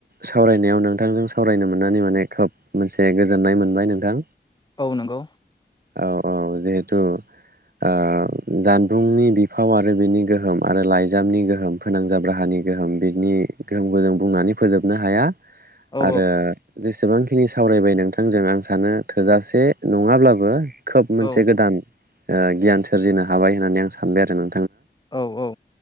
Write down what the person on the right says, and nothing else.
सावरायनायाव नोंथांजों सावरायनो मोननानै माने खोब मोनसे गोजोननाय मोनबाय नोंथां
औ औ जिहेथु ओ जानबुंनि बिफाव आरो बिनि गोहोम आरो लाइजामनि गोहोम फोनांजाब राहानि गोहोम बिनि गोहोमखौ जों बुंनानै फोजोबनो हाया
आरो जेसे गोबांखिनि सावरायबाय नोंथांजों आं सानो थोजासे नङाब्लाबो <unintelligible> खोब मोनसे
गोदान ओ गियान सोरजिनो हाबाय होननानै आं सानबाय आरो नों